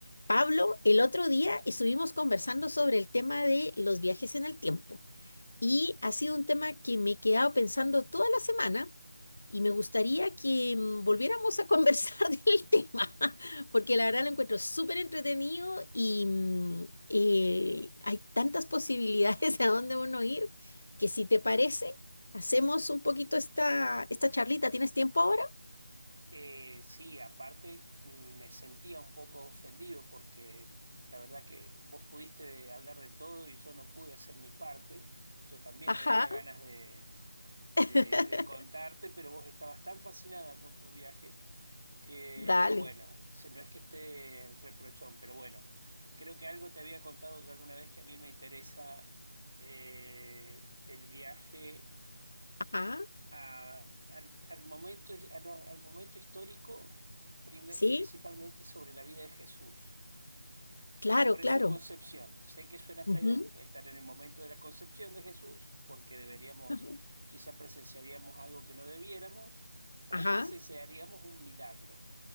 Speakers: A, on the left; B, on the right.
A: Pablo, el otro día estuvimos conversando sobre el tema de los viajes en el tiempo y ha sido un tema que me he quedado pensando toda la semana y me gustaría que mm, volviéramos a conversar <laughs> del tema, porque la verdad lo encuentro súper entretenido y mm, eh, hay tantas posibilidades <laughs> a dónde uno ir que si te parece, hacemos un poquito esta, esta charlita. ¿Tienes tiempo ahora?
B: Eh, sí, aparte mm, me sentía un poco ofendido porque la verdad que vos pudiste hablar de todo y yo no pude hacer mi parte. Yo también
A: Ajá.
B: tenía ganas de,
A: <laughs>
B: de- de contarte, pero vos estabas tan fascinada con tu viaje que,
A: Dale.
B: bueno, se- no es que esté el reprochón, pero bueno, creo que algo te había contado yo alguna vez que a mí me interesa eh, el viaje
A: Ajá.
B: a- al, al momento, a lo- al momento histórico, prime-
A: Sí,
B: principalmente sobre la vida de Jesús,
A: claro,
B: sobre
A: claro.
B: su concepción. Sé que suena feo
A: Ujú,
B: estar en el momento de la concepción de Jesús, porque deberíamos,
A: ujú.
B: quizá presenciaríamos algo que no debiéramos, o
A: Ajá,
B: presenciaríamos un milagro.